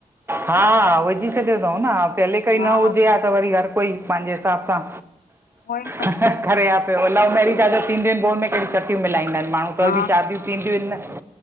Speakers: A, on the right; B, on the left.
A: हा विझी छॾियो तऊ न पहल काई
B: हा
A: न हुजे आ त वरी हर कोई पंहिंजे हिसाब सां
B: उहो ई त
A: हं करेयां पियो लव मैेरीज आ त थींदियूं आहिनि पोइोन में कहिड़ियूं छटियूं मिलाईंदा आहिनि माण्हू ुतऊं
B: हा
A: जी शादीियूं थींदीयूंयन न